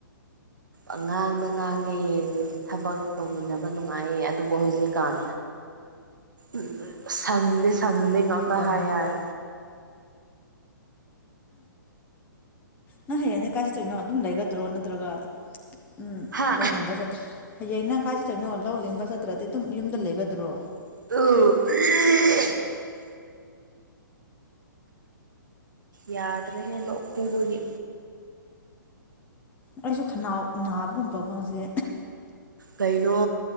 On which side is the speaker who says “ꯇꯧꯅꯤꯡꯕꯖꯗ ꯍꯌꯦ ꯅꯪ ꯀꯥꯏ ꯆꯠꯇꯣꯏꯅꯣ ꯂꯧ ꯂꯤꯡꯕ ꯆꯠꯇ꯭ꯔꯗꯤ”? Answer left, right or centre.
Left